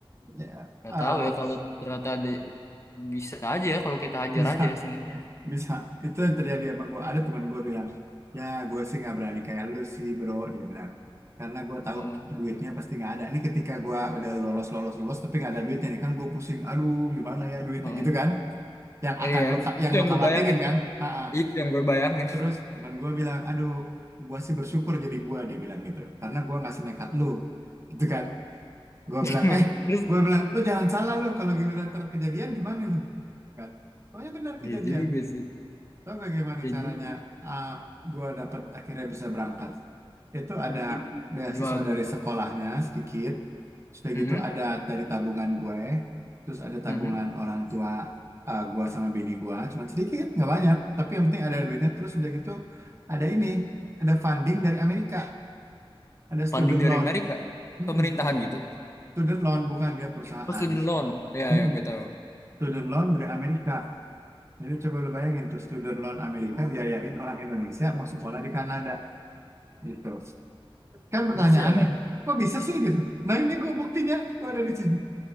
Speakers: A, on the right; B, on the left.
A: ya
B: nggak
A: ah,
B: tahu ya kalau ternyata ada bisa aja ya kalau kita hajar
A: bisa
B: aja ya sebenarnya
A: bisa itu yang terjadi sama gue ada teman gue bilang ya gue sih nggak berani kayak lu sih bro dia bilang karena gue tahu
B: Heeh,
A: duitnya pasti nggak ada ini ketika gue udah lolos lolos lolos tapi nggak ada duitnya nih kan gue pusing aduh gimana ya duitnya
B: heeh.
A: gitu kan yang
B: Eh,
A: akan
B: ya
A: lo yang
B: itu yang
A: lo khawatirin
B: gue bayangin
A: kan Ha-ha.
B: itu yang gue bayangin
A: Terus teman gue bilang, aduh, gue sih bersyukur jadi gue, dia bilang gitu. Karena gue nggak senekat lu. Gitu kan. Gue
B: <laughs>
A: bilang, eh,
B: terus
A: gue bilang, lu jangan salah lu kalau giliran terkejadian gimana lu? Kan. Soalnya benar
B: iya
A: kejadian.
B: juga sih
A: Tahu gak gimana
B: iya
A: caranya
B: juga
A: ah, gua gue dapat akhirnya bisa berangkat? Itu ada
B: Gi-
A: beasiswa
B: gimana tuh
A: dari sekolahnya sedikit, sudah
B: Mm-mm,
A: gitu ada dari tabungan gue, terus ada tabungan
B: mm-mm,
A: orang tua ah, gue sama bini gue, cuma sedikit nggak banyak, tapi yang penting ada
B: mm.
A: duitnya. Terus sudah gitu ada ini, ada funding dari Amerika, ada student
B: Funding dari
A: loan,
B: Amerika
A: Mm-mm.
B: pemerintahan gitu
A: Student loan bukan dia perusahaan,
B: oh student loan ya
A: mm
B: ya gue tahu
A: Student loan dari Amerika. Jadi coba lu bayangin tuh student loan Amerika biayain orang Indonesia mau sekolah di Kanada. gitu kan pertanyaannya
B: bisa ya?
A: kok bisa sih gitu nah ini gue buktinya gue ada di sini